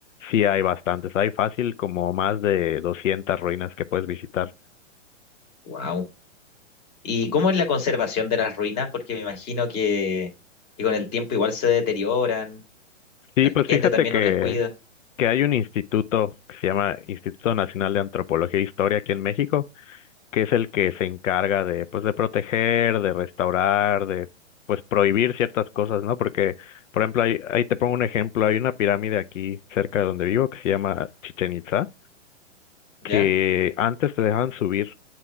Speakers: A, on the left; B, on the left.
A: sí hay bastantes. Hay fácil como más de 200 ruinas que puedes visitar.
B: Wow. ¿Y cómo es la conservación de las ruinas? Porque me imagino que, que con el tiempo igual se deterioran,
A: Sí,
B: la
A: pues
B: gente
A: fíjate
B: también
A: que,
B: no las cuida,
A: que hay un instituto que se llama Instituto Nacional de Antropología e Historia aquí en México que es el que se encarga de, pues, de proteger, de restaurar, de, pues, prohibir ciertas cosas, ¿no? Porque, por ejemplo, ahí, ahí te pongo un ejemplo, hay una pirámide aquí cerca de donde vivo que se llama Chichen Itza,
B: ¿ya?
A: que antes te dejaban subir